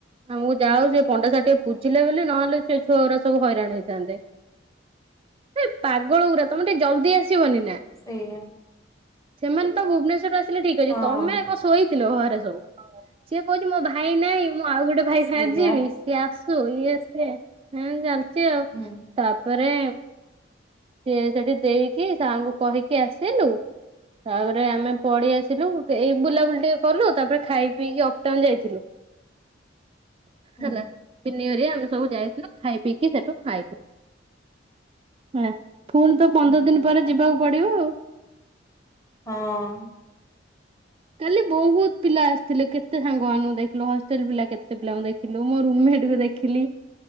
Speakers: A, on the right; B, on the left.
A: ଆମକୁ ଯାଉ ହଉ, ସେ ପଣ୍ଡା ସାର ଟିକେ ପୁଜିଲେ ବୋଲି, ନହେଲେ ସେ ଛୁଆଗୁରା ସବୁ ହଇରାଣ ହେଇଥାନ୍ତେ। ଏ ପାଗଳ ଗୁରା, ତମେ ଟିକେ ଜଲଦି ଆସିବନି ନା?
B: ସେଇଆ।
A: ସେମାନେ ତ ଭୁବନେଶ୍ଵର ଆସିଲେ, ଠିକ ଅଛି,
B: ହଁ।
A: ତମେ କ ଶୋଇଥିଲ ଘରେ ସବୁ? ସିଏ କହୁଚି ମୋ ଭାଇ ନାଇଁ, ମୁଁ ଆଉ ଗୋଟେ ଭାଇ
B: ସେଇଆ
A: ସାଙ୍ଗରେ ଯିବିସ୍। ସିଏ ଆସୁ, ଇଏ ସିଏ, ଏମିତି ଚାଲିଚି ଆଉ,
B: ହୁଁ
A: ତାପରେ ସିଏ ସେଠି ଦେଇକି, ସାର୍ ଙ୍କୁ କହିକି ଆସିଲୁ ତାପରେ ଆମେ ପଡେଇ ଆସିଲୁ, ଏଇ ବୁଲାବୁଲି ଟିକେ କଲୁ, ତାପରେ ଖାଇ ପିଇକି ଅପଟାଉନ ଯାଇଥିଲୁ।
B: ହୁଁ
A: ହେଲା, ତିନିଘରିଆ ଆମେ ସବୁ ଯାଇଥିଲୁ, ଖାଇ ପିଇକି ସେଠୁ ଆଇଲୁ। ନା, ଫୁଣି ତ ପନ୍ଦର
B: ହୁଁ ହୁଁ
A: ଦିନ ପରେ ଯିବାକୁ ପଡିବ ଆଉ।
B: ହଁ।
A: କାଲି ବହୁତ ପିଲା ଆସିଥିଲେ, କେତେ ସାଙ୍ଗମାନଙ୍କୁ ଦେଖିଲୁ, ହଷ୍ଟେଲ ପିଲା କେତେ ପିଲାଙ୍କୁ ଦେଖିଲୁ, ମୋ ରୁମେଟକୁ ଦେଖି ଦେଖିଲି,